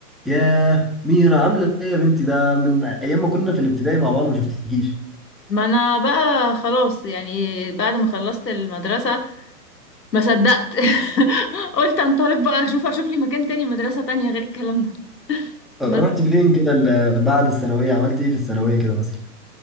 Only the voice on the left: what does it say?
ما انا بقى خلاص يعني بعد ما خلصت المدرسة ما صدقت <laughs> قلت انطلق بقى اشوف اشوف لي مكان تاني مدرسة تانية غير الكلام ده
بس